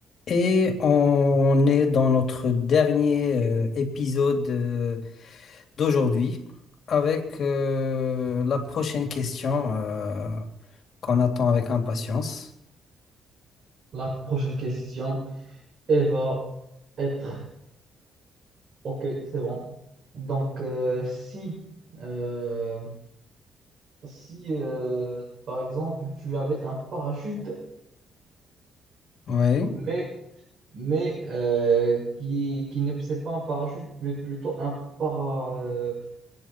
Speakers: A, on the left; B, on the right.
A: Et on est dans notre dernier euh, épisode euh, d'aujourd'hui avec euh, la prochaine question euh, qu'on attend avec impatience.
B: La prochaine question, elle va être... Ok, c'est bon. Donc, euh, si, euh, si euh, par exemple, tu avais un parachute,
A: Oui,
B: mais, mais euh, qui, qui ne c'est pas un parachute, mais plutôt un para... euh,